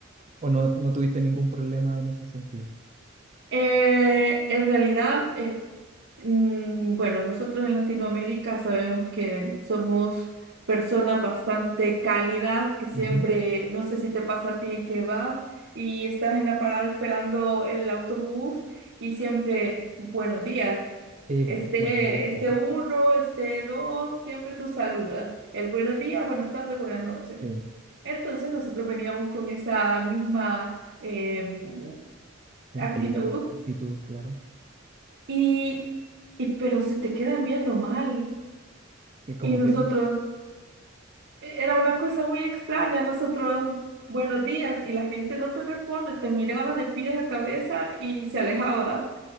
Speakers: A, on the right; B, on the right.
A: ¿O no, no tuviste ningún problema en ese sentido?
B: Eh, en realidad, eh, mm, bueno, nosotros en Latinoamérica sabemos que somos personas bastante cálidas, que siempre,
A: Ujú.
B: no sé si te pasa a ti que vas y estás en la parada esperando el autobús y siempre, buenos días.
A: Sí,
B: Este,
A: buenos días,
B: este
A: claro.
B: uno, este dos, siempre tú saludas. El buenos días, buenas tardes, buenas noches.
A: Sí.
B: Entonces nosotros veníamos con esa misma em,
A: mentalidad,
B: actitud
A: actitud, claro.
B: y, y pero se te quedan viendo mal.
A: Y como
B: Y nosotros,
A: que
B: e- era una cosa muy extraña, nosotros, buenos días, y la gente no te responde, te miraba de pies a cabeza y se alejaba.